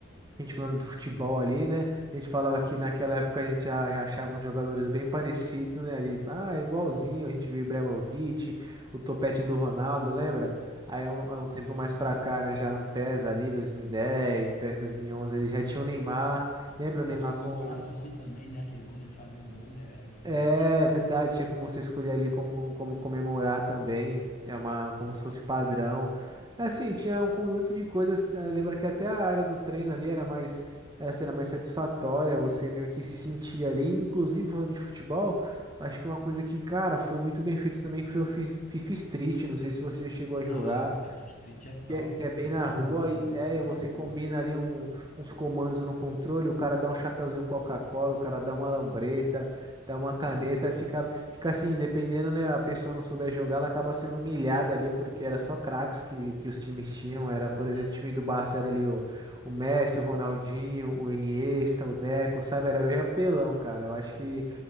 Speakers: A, on the right; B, on the left.
A: A gente falando do futebol ali, né? A gente falava que naquela época a gente já, já achava os jogadores bem parecidos, né? Ali, ah, é igualzinho, a gente viu o Ibrahimovic, o topete do Ronaldo, lembra? Aí um, aí
B: Sim.
A: um tempo mais pra cá, né? Já no PES ali, 2010, PES 2011, ele já tinha
B: As,
A: o Neymar. Lembra o
B: as
A: Neymar
B: comemorações
A: com
B: também, né? Que ele, quando eles faziam um gol, né? Era, era diferente.
A: é verdade, tinha como você escolher ali como, como comemorar também, é uma, como se fosse padrão. É Assim, tinha um conjunto de coisas, eh, lembra que até a área do treino ali era mais, era, assim, era mais satisfatória, você meio que se sentia ali, inclusive falando de futebol, acho que uma coisa que, cara, foi muito bem feito também, que foi o Fi- FIFA Street, não sei se você já chegou a jogar,
B: Ah, FIFA Street é top,
A: que é, que é
B: pô.
A: bem na
B: De
A: rua
B: rua,
A: e
B: né?
A: é,
B: Na
A: e você
B: rua.
A: combina ali um- uns comandos no controle, o cara dá um chapeuzinho Coca-Cola, o cara dá uma lambreta,
B: E
A: dá uma caneta,
B: é muito top.
A: fica, fica assim, dependendo, né, a pessoa não souber jogar, ela acaba sendo humilhada ali, porque era só craques que, que os times tinham,
B: É verdade.
A: era, por exemplo, o time do Barça era ali o, o Messi, o Ronaldinho, o Iniesta, o Deco, sabe, era bem apelão, cara, eu acho que